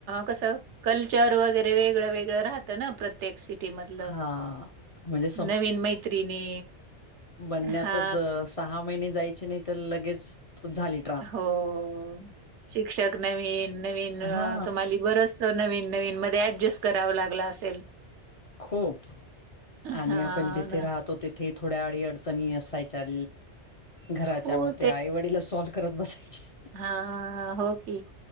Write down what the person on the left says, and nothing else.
हा म्हणजे
बनण्यांतच
सहा महिने जायचे नाहीं तरं लगेच झाले.
हा
खूंप आणि
आपणं जिथे
राहतो तिथं. ती थोड्यां आडी अडचणी असायच्यां घरांच्या
मध्यें आईवडीला असो. करतं बसायची.